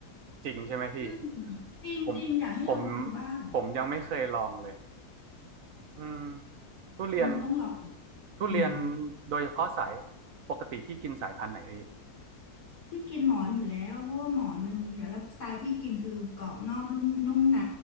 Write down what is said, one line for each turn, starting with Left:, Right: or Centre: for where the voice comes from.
Right: จริงใช่ไหมพี่
Left: อืมจริงจริงอยากให้ลองดูบ้าง
Right: ผมผมผมยังไม่เคยลองเลยอืมทุเรียน
Left: อันนั้นต้องลอง
Right: ทุเรียน
Left: อืม
Right: โดยเฉพาะสายปกติพี่กินสายพันธุ์ไหนพี่
Left: พี่กินหมอนอยู่แล้วเพราะว่าหมอนมันแล้วสไตล์พี่กินคือกรอบนอกนุ่มนุ่มใน